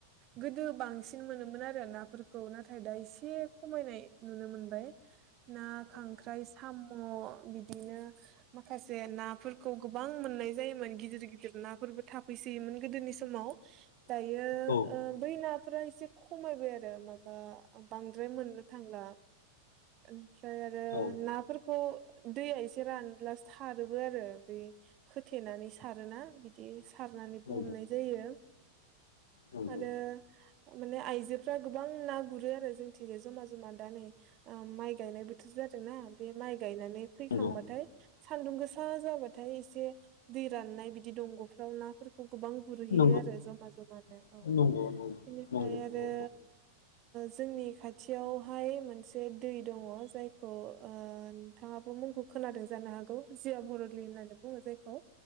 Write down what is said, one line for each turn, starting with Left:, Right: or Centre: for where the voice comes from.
Right: गोदो बां सिन मोनोमोन आरो नाफोरखौ नाथाय दा एसे खमायनाय नुनो मोनबाय, ना खांख्राइ साम' बिदिनो माखासे नाफोरखौ गोबां मोननाय जायोमोन गिदिर गिदिर नाफोरबो थाफै सोयोमोन गोदोनि समाव दायो
Left: औ
Right: ओ बैना, फोरा एसे खमायबाय आरो माबा बांद्राय मोननो थांला ओमफ्राय आरो
Left: औ
Right: नाफोरखौ दैया एसे रानब्लासो सारोबो आरो बे खोथेनानै सारोना बिदि सारनानैबो
Left: नंगौ औ
Right: हमनाय जायो।
Left: औ
Right: आरो माने आइजोफ्रा गोबां ना गुरो आरो जोंथि जे जमा जमा दा नै माइ गायनाय बोथोर जा ओजोंना बे माइ गायनानै फैखांबाथाय,
Left: औ
Right: सान्दुं गोसा जाबाथाय एसे दै राननाय बिदि दंगफ्राव नाफोरखौ गोबां गुरहैयो
Left: नंगौ
Right: आरो जमा जमानो
Left: नंगौ
Right: औ बेनिफ्राय
Left: नंगौ नंगौ नंगौ
Right: आरो
Left: औ
Right: जोंनि खाथियावहाय मोनसे दै दङ जायखौ ओ नोंथाङाबो मुंखौ खोनादों जानो हागौ जिया भरलि होननानै बुङो जायखौ,